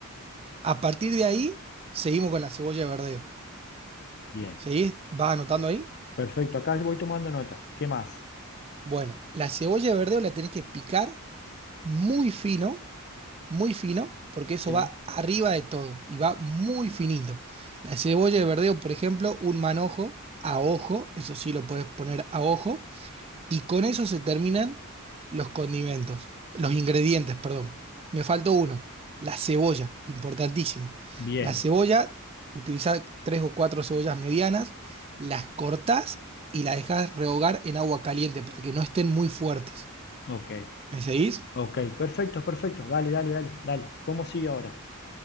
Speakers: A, on the right; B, on the left.
A: A partir de ahí, seguimos con la cebolla de verdeo.
B: Bien,
A: ¿Seguís? ¿Vas anotando ahí?
B: perfecto, acá voy tomando nota. ¿Qué más?
A: Bueno, la cebolla de verdeo la tenés que picar muy fino, muy fino, porque eso
B: Sí,
A: va arriba de todo y va muy finito. La cebolla de verdeo, por ejemplo, un manojo a ojo, eso sí lo puedes poner a ojo, y con eso se terminan los condimentos, los ingredientes, perdón. Me faltó uno, la cebolla, importantísimo.
B: bien,
A: La cebolla, utilizar tres o cuatro cebollas medianas, las cortás y las dejás rehogar en agua caliente para que no estén muy fuertes.
B: ok.
A: ¿Me seguís?
B: Ok, perfecto, perfecto. Dale, dale, dale, dale. ¿Cómo sigue ahora?